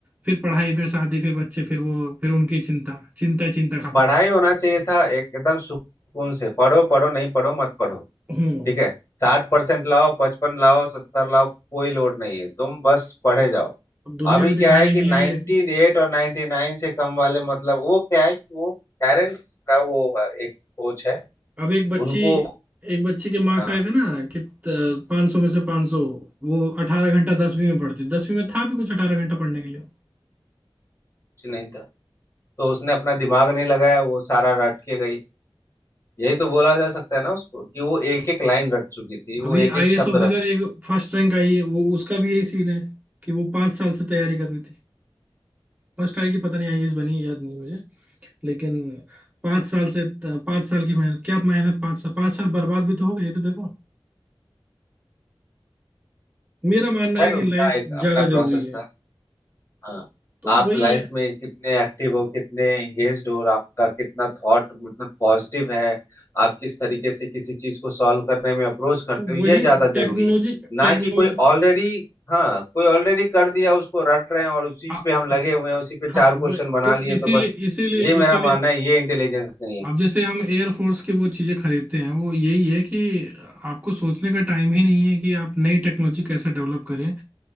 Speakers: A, on the right; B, on the left.
A: फिर पढ़ाई फिर शादी फिर बच्चे फिर वो फिर उनकी चिंता चिंता ही चिंता खत्म
B: पढ़ाई होना चाहिए था एकदम सुकून से पढ़ो पढ़ो नहीं पढ़ो मत पढ़ो
A: हम्म
B: ठीक है साठ परसेंट लाओ पचपन लाओ सत्तर लाओ कोई लोड नहीं है तुम बस पढ़े जाओ
A: अब दुनिया
B: अभी
A: को दिखाने
B: क्या है कि
A: के लिए
B: 98 और 99 से कम वाले मतलब वो क्या है कि वो पेरेंट्स का वो एक सोच है
A: अब एक बच्ची
B: उनको
A: एक बच्ची के मार्क्स
B: हाँ।
A: आए थे ना कि पाँच सौ में से 500 वो अठारह घंटा दसवीं में पढ़ती दसवीं में था भी कुछ अठारह घंटा पढ़ने के लिए
B: कुछ नहीं था तो उसने अपना दिमाग नहीं लगाया वो सारा रट के गई यही तो बोला जा सकता है ना उसको कि वो एक
A: ये
B: एक
A: तो-
B: लाइन रट चुकी थी वो
A: अभी
B: एक
A: आईएएस
B: एक शब्द
A: ऑफिसर
B: रट चुकी
A: एक फर्स्ट रैंक आई है वो उसका भी यही सीन है कि वो पांच साल से तैयारी कर रही थी फर्स्ट आई की पता नहीं आईएएस बनी है याद नहीं लेकिन पांच साल से पांच साल की मेहनत क्या मेहनत पांच साल पांच साल बर्बाद भी तो हो गए ये तो देखो मेरा मानना
B: खैर
A: है कि
B: उनका
A: लाइफ
B: एक अपना
A: ज्यादा
B: प्रोसेस
A: जरूरी है
B: था हाँ
A: तो
B: आप
A: वही
B: लाइफ
A: है
B: में कितने एक्टिव हो कितने एंगेज्ड हो और आपका कितना थॉट मतलब पॉजिटिव है आप किस तरीके से किसी चीज को सॉल्व करने में अप्रोच करते
A: तो
B: हो ये
A: वही
B: ज्यादा
A: टेक्नोलॉजी
B: जरूरी है ना
A: टेक्नोलॉजी
B: कि कोई ऑलरेडी हाँ कोई ऑलरेडी कर दिया उसको रट रहे हैं और उसी
A: आ-
B: पे हम लगे हुए हैं उसी पे चार
A: हाँ वो
B: क्वेश्चन बना
A: तो
B: लिए
A: इसीलिए
B: तो बस
A: इसीलिए
B: ये मेरा
A: इसीलिए
B: मानना है ये इंटेलिजेंस नहीं है
A: अब जैसे हम एयरफोर्स की वो चीजें खरीदते हैं वो यही है कि आपको सोचने का टाइम ही नहीं है कि आप नई टेक्नोलॉजी कैसे डेवलप करें